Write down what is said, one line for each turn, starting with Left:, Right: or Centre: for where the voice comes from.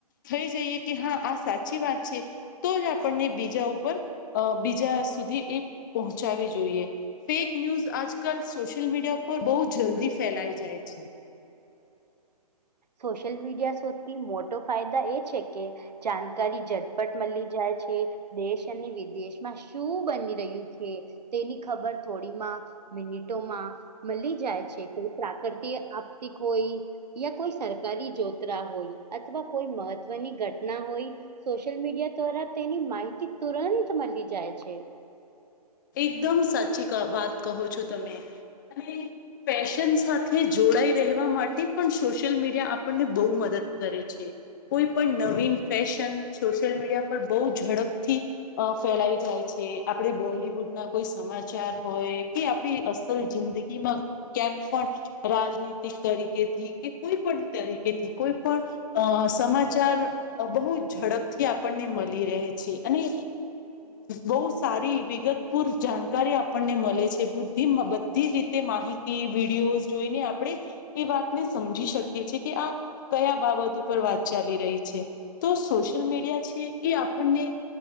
Left: થઈ જઈએ કે હા આ સાચી વાત છે. તો જ આપણને બીજા ઉપર બીજા સુધી એ પહોંચાવવી જોઈએ ફેક ન્યૂઝ આજકાલ સોશિયલ મીડિયા પર બહુ જલ્દી ફેલાઈ જાય છે.
Right: સોશિયલ મીડિયા શોધથી મોટો ફાયદા એ છે કે જાણકારી ઝટપટ મળી જાય છે દેશ અને વિદેશમાં શું બની રહ્યું છે તેની ખબર થોડીમાં મિનિટોમાં મળી જાય છે કોઈ પ્રાકૃતિ આપત્તિ હોઈ યા કોઈ સરકારી જોતરા હોય અથવા કોઈ મહત્વની ઘટના હોય સોશિયલ મીડિયા દ્વારા તેની માહિતી તુરંત મળી જાય છે.
Left: એકદમ સાચી વાત કહો છો તમે અને ફેશન સાથે જોડાઈ રહેવા માટે પણ સોશિયલ મીડિયા આપણને બહુ મદદ કરે છે. કોઈ પણ નવીન ફેશન સોશિયલ મીડિયા પર બહુ ઝડપથી ફેલાઈ જાય છે આપણે બોલીએ ના કોઈ સમાચાર હોય કે આપણે અસલ જિંદગી માં ક્યાંક પણ રાજનીતિક તરીકેથી કે કોઈ પણ તરીકેથી કોઈ પણ સમાચાર બહુ ઝડપથી આપણને મળી રહે છે અને બહુ સારી વિગત ભરપૂર જાણકારી આપણને મળે છે બધી બધી રીતે માહિતી વિડીયો જોઈને આપણે એ વાતને સમજી શકીએ છીએ કે આ કયા બાબત ઉપર વાત ચાલી રહી છે તો સોશિયલ મીડિયા છે એ આપણને